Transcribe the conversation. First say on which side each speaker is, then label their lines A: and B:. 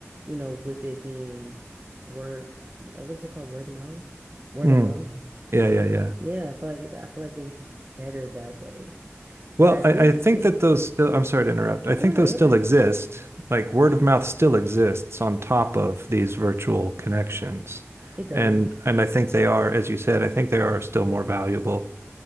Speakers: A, on the right; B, on the right.
A: you know, with it being word, uh, what is it called? Word of mouth? Word
B: Mm.
A: of mouth?
B: Yeah. Yeah. Yeah.
A: Yeah, I feel like it, I feel like it was just better that way. But
B: Well,
A: I do
B: I, I think
A: think,
B: that those still, I'm sorry to interrupt. I think
A: oh no, no,
B: those
A: you're
B: still
A: okay.
B: exist. Like word of mouth still exists on top of these virtual connections.
A: It does.
B: And and I think they are, as you said, I think they are still more valuable.